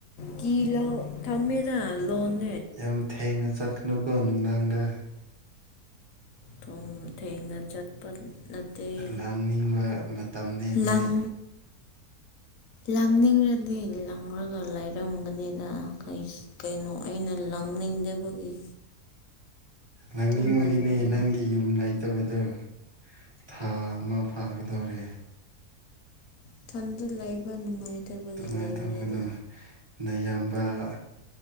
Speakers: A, on the left; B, on the right.
A: ꯀꯤꯂ‌ꯣꯛ ꯊꯝꯃꯦꯗ ꯂꯣꯟ__
B: ꯌꯥꯝ ꯊꯦꯡꯅ ꯆꯠꯀꯅꯨꯀꯣ ꯅꯨꯡꯗꯥꯡꯗ
A: ꯊ‌ꯣꯡ ꯊꯦꯡꯅ ꯆꯠꯄ ꯅꯠꯇ‌ꯦ
B: ꯂꯥꯡꯅꯤꯡꯕ ꯃꯇꯝꯅꯤ ꯅꯣꯏ
A: ꯂꯥꯡ ꯂꯥꯡꯅꯤꯡꯔꯗꯤ ꯂꯥꯡꯔꯒ ꯂꯩꯔꯝꯒꯅꯤꯗ ꯀꯩꯁ ꯀꯩꯅꯣ ꯑꯩꯅ ꯂꯥꯡꯅꯤꯡꯗꯕꯒꯤ
B: ꯂꯥꯡꯅꯤꯡꯕꯒꯤꯅꯦ
A: ꯑꯗꯨꯝ ꯂꯩꯕꯅꯦ
B: ꯅꯪꯒꯤ ꯌꯨꯝ ꯂꯩ ꯇꯕꯗ‌ꯣ ꯊꯥ ꯑꯃ ꯐꯥꯒꯗꯧꯔꯦ꯫
A: ꯏꯊꯟꯇ ꯂꯩꯕ ꯅꯨꯡꯉꯥꯏꯇꯕꯒꯤ
B: ꯑꯗꯨꯃꯥꯏꯅ
A: ꯂꯩꯕꯅꯤꯗ꯫
B: ꯇꯧꯒꯅꯨ ꯅꯌꯥꯝꯕ ꯑꯍ